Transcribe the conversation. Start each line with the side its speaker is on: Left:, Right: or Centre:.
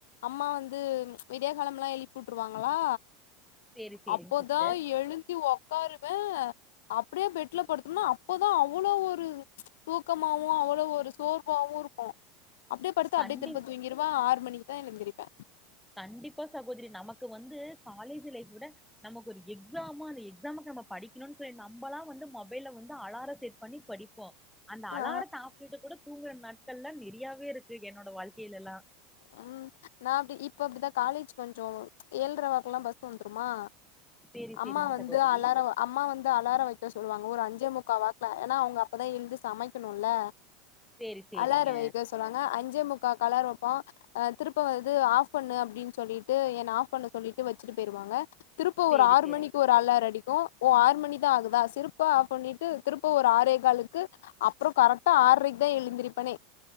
Left: அம்மா வந்து விடிய காலம் எல்லாம் எழுப்பி உட்டுருவாங்களா
Centre: சேரி சேரிங்க
Left: அப்போதா
Centre: சிஸ்டர்
Left: எழுதி ஒ ட்காருவே அப்டியே பெட்ல படுத்தும்னா அப்போதா அவ்வளோ ஒரு தூக்கமாவு அவ்வளோ ஒரு சோர்வாவு இருக்கும் அப்டே படுத்து
Centre: கண்டிப்பா
Left: அப்டே திருப்ப தூங்கிருவா ஆற் மணிக்கு தா எழுந்திருப்ப
Centre: கண்டிப்பா சகோதரி நமக்கு வந்து காலேஜ் லைஃப் விட நமக்கு ஒரு எக்ஸாமா அந்த எக்ஸாமுக்கு நம்ம படிக்கணு சொல்லி நம்பளா வந்து மொபைல்ல வந்து அலாரம் செட் பண்ணி படிப்போம் அந்த
Left: ஆ
Centre: அலாரத்த ஆஃப் பண்ணிட்டு கூட தூங்கற நாட்கள்லா நெ நரியாவே இருக்கு என்னோட வாழ்க்கைல எல்லா
Left: உம் நா அப்டி இப்ப அப்டிதா காலேஜ் கொஞ்சம் ஏழ்டர வாக்கெல்லா பஸ் வந்துருமா
Centre: சேரி சேரிங்க
Left: அம்மா வந்து
Centre: சகோதரி
Left: அலார, அம்மா வந்து அலார வை சொல்லுவாங்க ஒரு அஞ்சே முக்கா வாக்ல ஏன்னா அவுங்க அப்பதா எழ்ந்து சமைக்கணும்ல
Centre: சேரி சேரிங்க
Left: அலார வைக சொல்லுவாங்க அஞ் ஞ்சே முக்காக் அலாரம் வப் பா திருப்ப வந்து ஆஃப் பண்ணு அப்டின்னு சொல்லிட்டு என்ன ஆஃப் பண்ண சொல்லிட்டு வச்சுட்டு போயிருவாங்க திருப்ப
Centre: சேரி
Left: ஒரு ஆறு
Centre: சேரிங்க
Left: மணிக்கு ஒரு அலார அடி கு ஓ ஆறு மணிதா ஆகுதா சிறப்பா ஆஃப் பண்ணிட்டு திருப்ப ஒரு ஆறே காலுக்கு அப்புறம் கரெக்டா ஆற்ரைக்கு தா எழுந்திருப்பனே